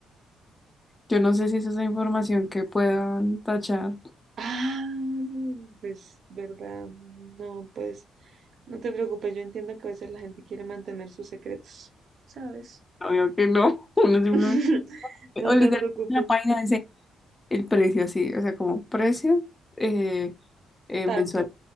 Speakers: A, on the left; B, on the right.
A: Yo no sé si es esa información que puedan tachar.
B: Ah, pues, ¿verdad? No, pues, no te preocupes. Yo entiendo que a veces la gente quiere mantener sus secretos, ¿sabes?
A: Obvio que no, <laughs> uno simplemente.
B: <laughs> No
A: O literalmente
B: te preocupes
A: en la página dice el precio así, o sea, como precio eh, eh,
B: tanto.
A: mensual,